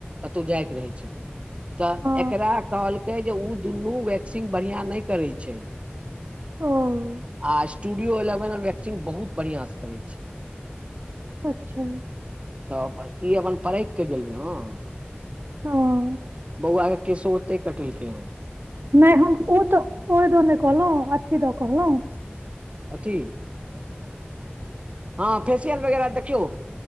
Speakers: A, on the right; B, on the right.
A: कतौ जाइके रहै छै तब तऽ
B: ओ
A: एकरा कहलकै जे ओ दुनू वैक्सीन बढ़ियां नहि करे छै
B: ओ
A: आ स्टूडियो एलेवन वैक्सिंग बहुत बढ़िआं से करै छै
B: अच्छा
A: तऽ अपन ई अपन परैख के गेलिय हँ
B: ओ
A: बौआ के केसो ओते कटिलके हो
B: नहि हम ओ तऽ ओहि द नहि कहलहु अथी द कहलहु
A: अथि हँ फसियल वगैरा देखियौ